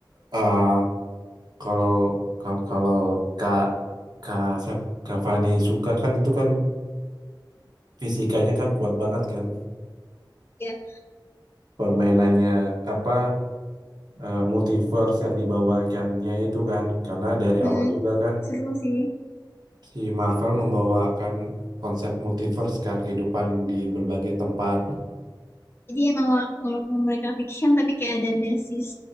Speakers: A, on the right (about 55°); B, on the left (about 30°).
A: uh, kalau kalau kalau Kak Kak siap- Kak Fani suka kan itu kan fisikanya kan kuat banget kan
B: Ya,
A: permainannya apa uh, multiverse yang dibawakannya itu kan karena dari
B: Hmm,
A: awal juga kan
B: seru sih.
A: si Marvel membawakan konsep multiverse kan kehidupan di berbagai tempat
B: Jadi emang wala- walaupun mereka fiction tapi kayak ada basis